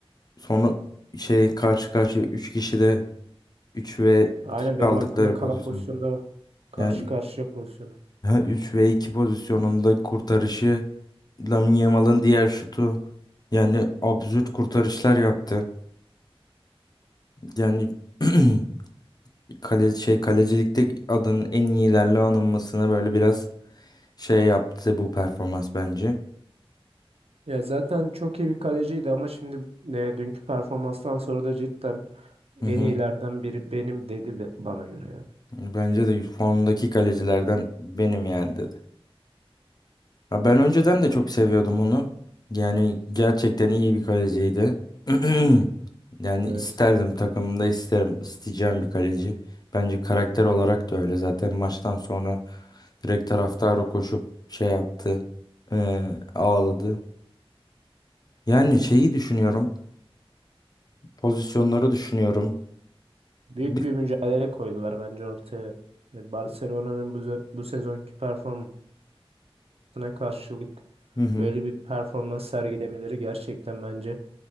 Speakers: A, on the left (about 40°); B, on the right (about 75°).
A: sonra şey karşı karşıya 3 kişi de 3 ve
B: Aynen
A: 2 kaldıkları
B: benim aklımda kalan
A: pozisyon
B: pozisyonda o. Karşı
A: yani
B: karşıya pozisyon.
A: 3 ve 2 pozisyonunda kurtarışı Lamine Yamal'ın diğer şutu yani absürt kurtarışlar yaptı. Yani <clears throat> kale, şey kalecilikte adının en iyilerle anılmasına böyle biraz şey yaptı bu performans bence.
B: Ya zaten çok iyi bir kaleciydi ama şimdi e, dünkü performanstan sonra da cidden en
A: Hı hı.
B: iyilerden biri benim dedi be- bana göre yani.
A: Bence de formdaki kalecilerden benim yani dedi. Ya ben önceden de çok seviyordum onu. Yani gerçekten iyi bir kaleciydi. <clears throat> Yani
B: Evet.
A: isterdim takımımda isterim. isteyeceğim bir kaleci. Bence karakter olarak da öyle. Zaten maçtan sonra direkt taraftara koşup şey yaptı. eee, ağladı. Yani şeyi düşünüyorum. Pozisyonları düşünüyorum.
B: Büyük
A: Bi-
B: bir mücadele koydular bence ortaya. E, Barcelona'nın bu, ze- bu sezonki performansına karşılık
A: Hı hı.
B: böyle bir performans sergilemeleri gerçekten bence